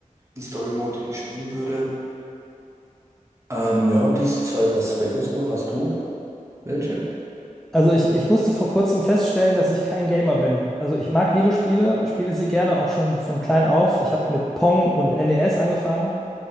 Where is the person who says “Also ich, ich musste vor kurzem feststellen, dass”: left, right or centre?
Centre